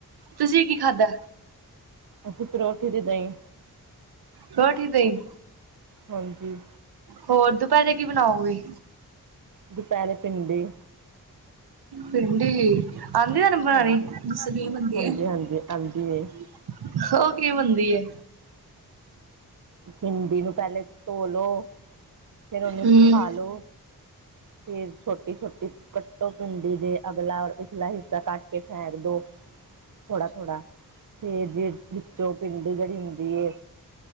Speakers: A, on the right (about 80°); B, on the right (about 55°).
A: ਤੁਸੀਂ ਕੀ ਖਾਧਾ?
B: ਅੱਸੀਂ ਪਰੌਠੀ ਦੇ ਦਹੀਂ
A: ਪਰੋਠੀ ਦਹੀ
B: ਹਾਂਜੀ
A: ਹੋਰ ਦੁਪਹਿਰੇ ਕੀ ਬਣਾਓਗੇ।
B: ਦੁਪਹਿਰੇ ਭਿੰਡੀ।
A: ਭਿੰਡੀ ਆਂਦੀ ਤੁਹਾਨੂੰ
B: ਹਾਂਜੀ ਹਾਂਜੀ ਹਾਂਜੀ ਆਉਂਦੀ
A: <unintelligible>
B: ਏ
A: ਓ ਕਿਵੇਂ ਬਣਦੀ ਐ।
B: ਭਿੰਡੀ ਨੂੰ ਪਹਿਲੇ ਧੋਲੋ ਫੇਰ ਉਹਨੂੰ
A: ਹਮ
B: ਸੁਖਾਲੋ। ਫਿਰ ਛੋਟੀ ਛੋਟੀ। ਕੱਟੋ ਪਿੰਡੀ ਦੇ ਅਗਲਾ ਔਰ ਪਿਛਲਾ ਹਿੱਸਾ ਕੱਟ ਕੇ ਫੇਕ ਦੋ। ਥੋੜਾ ਥੋੜਾ ਤੇ ਜੇ ਵਿੱਚੋਂ ਪਿੰਡ ਜਿਹੜੀ ਹੁੰਦੀ